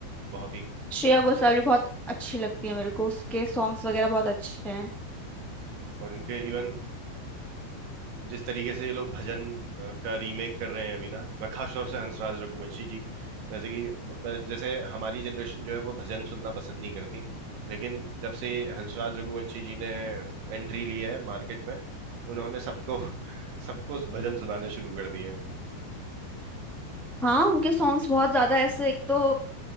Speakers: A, on the right; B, in the centre.
A: बहुत
B: श्रेया घोषाल भी बहुत अच्छी लगती है मेरे को उसके सॉन्ग्स वगैरह बहुत अच्छे हैं
A: ही और इनके इवन जिस तरीके से ये लोग भजन अ, का रीमेक कर रहे हैं अभी ना वह खास तौर से हंसराज रघुवंशी जी जैसे कि ब- ब- जैसे हमारी जनरेशन जो है वो भजन सुनना पसंद नहीं करती लेकिन जब से ये हंसराज रघुवंशी जी ने एंट्री ली है मार्केट में उन्होंने सबको <laughs> सबको भजन सुनाने शुरू कर दिए हैं
B: हाँ उनके सॉन्ग्स बहुत ज्यादा ऐसे एक तो